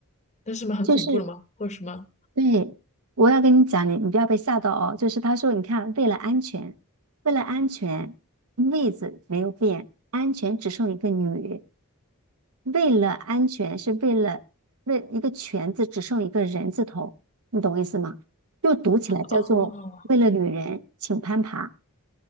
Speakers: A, on the left; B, on the right.
A: 变成什么很恐怖了吗？
B: 就是
A: 或者什么？
B: 对，我要跟你讲，你你不要被吓到哦。就是他说，你看，为了安全，为了安全，“位子没有变，安全只剩一个“女”。为了安全，是为了为一个全字只剩一个人字头，你懂我意思吗？又读起来叫做为了女人，
A: 哦，
B: 请攀爬。